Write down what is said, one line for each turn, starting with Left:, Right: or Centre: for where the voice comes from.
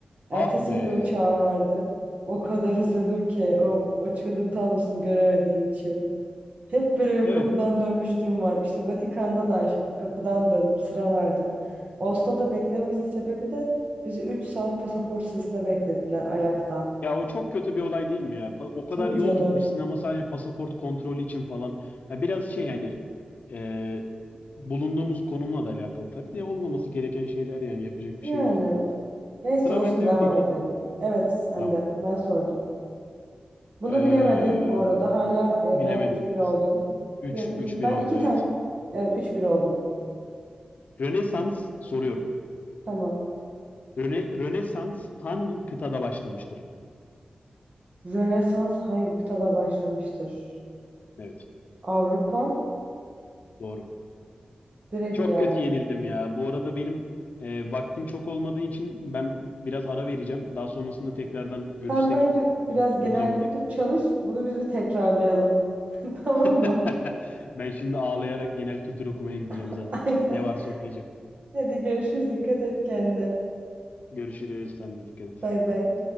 Right: Ertesi
Left: Ah be.
Right: gün de uçağım vardı. O kadar üzüldüm ki o, o çığlık tablosunu göremediğim için. Hep böyle benim
Left: Evet.
Right: kapıdan dönmüşlüğüm var. İşte Vatikan'da da aynı şekilde kapıdan döndüm. Sıra vardı. Oslo'da beklememizin sebebi de bizi 3 saat pasaport sırasında beklettiler ayakta.
Left: Ya o çok kötü bir olay değil mi ya? Pa- O kadar
Right: Tabii
Left: yol
Right: canım.
Left: gitmişsin ama sadece pasaport kontrolü için falan. Ha, biraz şey hani e, bulunduğumuz konumla da alakalı. Tabii de olmaması gereken şeyler yani yapacak
Right: Yani.
Left: bir şey yok.
Right: Neyse
Left: Sıra
Right: olsun
Left: bende
Right: devam
Left: mi peki?
Right: edelim. Evet sen
Left: Tamam.
Right: de. Ben sordum. Bunu
Left: Ee,
Right: bilemedin bu arada. Hala e,
Left: bilemedim.
Right: ben üç bir oldum.
Left: 3
Right: Yok
Left: 3-1
Right: bil- ben
Left: oldu
Right: 2
Left: evet.
Right: tane. Evet üç bir oldum.
Left: Rönesans soruyorum.
Right: Tamam.
Left: Röne, Rönesans hangi kıtada başlamıştır?
Right: Rönesans hangi kıtada başlamıştır?
Left: Evet,
Right: Avrupa.
Left: doğru.
Right: Direkt
Left: Çok
Right: yani.
Left: kötü yenildim ya. Bu arada benim e, vaktim çok olmadığı için ben biraz ara vereceğim. Daha sonrasında tekrardan görüşsek
Right: Sen bence biraz
Left: Şimdi gitmek
Right: genel
Left: zorundayım.
Right: kültür çalış. Bunu biz bir tekrarlayalım. <laughs> Tamam
Left: <laughs>
Right: mı?
Left: Ben şimdi ağlayarak genel kültür okumaya gideceğim
Right: <laughs>
Left: zaten.
Right: Aynen.
Left: Ne varsa okuyacağım.
Right: Hadi görüşürüz. Dikkat et kendine.
Left: Görüşürüz. Sen de dikkat et.
Right: Bay bay.